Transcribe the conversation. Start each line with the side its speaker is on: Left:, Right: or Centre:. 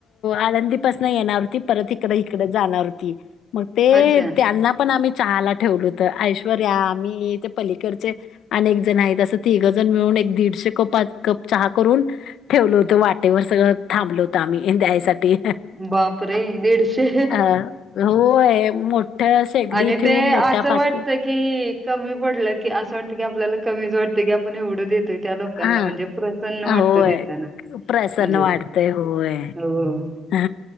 Left: आळंदीपासून येणार होती परत इकड इकडं जाणार होती मग ते
Right: अच्छा
Left: त्यांना पण आम्ही. चहाला ठेवलं होत ऐश्वर्या, मी, ते. पलीकडचे अनेक जण आहेत अस तिघजण मिळून एक दीडशे कप चहा करून. ठेवलं होतं वाटेवर सगळ थांबल होत आम्ही द्यायसाठी.
Right: बापरे दीडशे
Left: अ होय मोठ्या शेगडी
Right: आणि
Left: ठेवून
Right: ते. असं
Left: मोठ्या पाती
Right: वाटतं की कमी पडलं, की असं वाटतं की आपल्याला कमीच वाटते की आपण एवढं देत. त्या लोकांना
Left: हा
Right: म्हणजे प्रसन्न वाटतं
Left: होय
Right: देताना.
Left: प्रसन्न
Right: म्हणजे
Left: वाढतेय होय.
Right: हो
Left: हा